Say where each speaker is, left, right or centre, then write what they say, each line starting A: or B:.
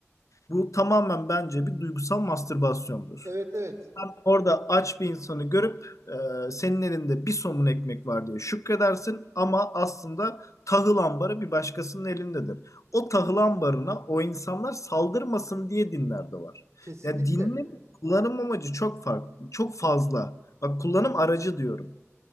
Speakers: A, on the left; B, on the right.
A: Bu tamamen bence bir duygusal mastürbasyondur.
B: evet evet
A: Sen orada aç bir insanı görüp e, senin elinde bir somun ekmek var diye şükredersin ama aslında tahıl ambarı bir başkasının elindedir. O tahıl ambarına o insanlar saldırmasın diye dinler de var.
B: kesinlikle.
A: Ya dinin kullanım amacı çok farklı, çok fazla. Bak kullanım aracı diyorum.